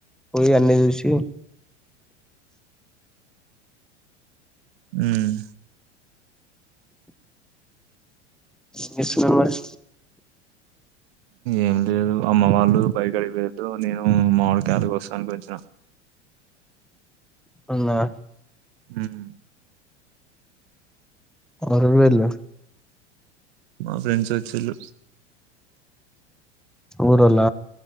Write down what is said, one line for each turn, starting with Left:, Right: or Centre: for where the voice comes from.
Centre: పోయి అన్ని చుసి
Right: మ్మ్
Centre: ఫ్ ఏ స్కూల్ ఊహ్హ్
Right: ఏంలేదు అమ్మ వాళ్ళు బాయ్ కాడక్కి పోయిండ్రు నేను మావిడ్ కాయలు కోస్తానికి వచ్చిన
Centre: అన్న ఆ...
Right: హ్మ్
Centre: ఆరువేలు
Right: మా ఫ్రెండ్స్ వచ్చిన్ళ్ళు
Centre: ఊర్రోళ్ల